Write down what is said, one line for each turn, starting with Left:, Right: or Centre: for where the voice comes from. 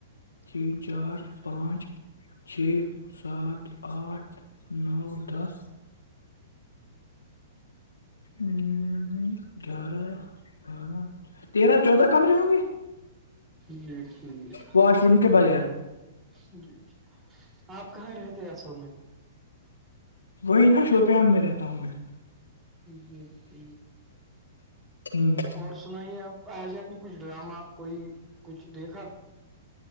Left: تین چار پانچ چھ سات آٹھ نو دس ہ گیارہ بارہ تیرہ چودہ کمرے ہوں گے
Right: جی ٹھیک
Left: واش روم کے بغیر
Right: جی جی آپ کہاں رہ تھے ایاصل میں
Left: وہی نا شوپیان میں رہتا ہوں میں
Right: جیٹ
Left: ہم،
Right: اور سنائیے آپ ای جے آپ نے کچھ ڈراما کوئی کچھ دیکھا